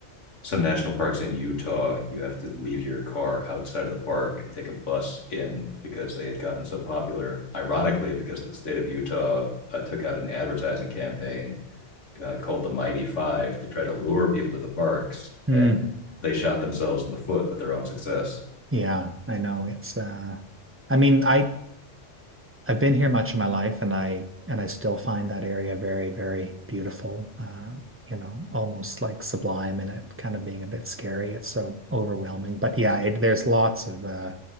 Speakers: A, on the left; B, on the right.
A: some national parks in Utah, you have to leave your car outside of the park and take a bus in because they had gotten so popular. Ironically, because the state of Utah uh, took out an advertising campaign uh, called the Mighty Five to try to lure people to the parks,
B: mm,
A: and they shot themselves in the foot with their own success.
B: yeah, I know it's, uh, I mean, I, I've been here much of my life, and I and I still find that area very, very beautiful. Uh, you know, almost like sublime, and it kind of being a bit scary. It's so overwhelming. But yeah, it, there's lots of uh,